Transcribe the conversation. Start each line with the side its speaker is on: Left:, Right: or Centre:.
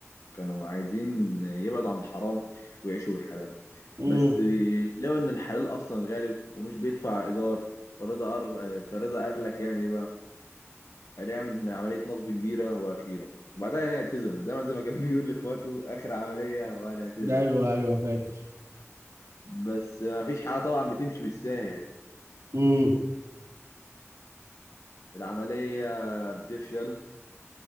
Left: كانوا عايزين يبعدوا عن الحرام ويعيشوا بالحلال
Right: امم
Left: بس بي- لقوا إن الحلال أصلا غالي ومش بيدفع إيجار فرضا قر... فرضا قال لك يعمل إيه بقى؟ قال يعمل عملية نصب كبيرة وأخيرة وبعدها يعتزل دايما زي ما كان بيقول لإخواته آخر عملية وأنا أعتزل
Right: ايوه ايوه فاكر
Left: بس مفيش حاجة طبعا بتمشي بالساهل
Right: امم
Left: العملية بتفشل